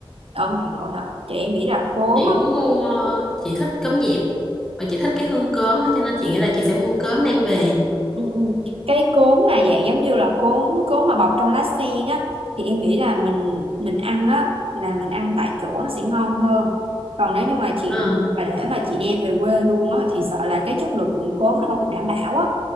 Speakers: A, on the right; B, in the centre.
A: ở ngoài Hà Nội hả chị em nghĩ là cốm
B: chị
A: á
B: muốn mua ờ, chị thích cơm dẹp và chị thích cái hương cơm á, cho nên chị nghĩ là chị sẽ mua cơm đem về.
A: Ừ, ừ. cái cốm mà dạng giống như là cốm cốm mà bọc trong lá sen á thì em nghĩ là mình mình ăn á là mình ăn tại chỗ nó sẽ ngon hơn còn nếu như mà chị
B: Ừ.
A: mà để mà chị đem về quê luôn á thì sợ là cái chất lượng cốm nó không được đảm bảo á